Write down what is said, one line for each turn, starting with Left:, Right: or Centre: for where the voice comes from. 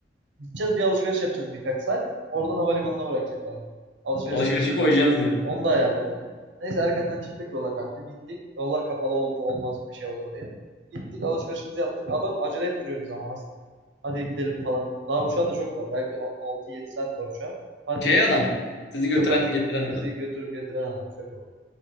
Right: Gideceğiz bir alışveriş yapacağız birkaç saat. Oradan havalimanına bırakacaklar. Alışveriş
Left: Alışverişi
Right: işini
Left: koyacaksınız
Right: de,
Left: yani.
Right: onu da ayarladım. Neyse erkenden çıktık yola kanka. Gittik. Yollar kapalı olur olmaz bir şey olur diye. Gittik alışverişimizi yaptık. Adam acele ettiriyor bizi ama nasıl. Hadi gidelim falan. Daha uçağa da çok var. Belki altı yedi saat var uçağa. Hadi
Left: Şey adam mı? Sizi
Right: şoför
Left: götüren getiren
Right: bizi
Left: adam.
Right: götürüp getiren adam şoför.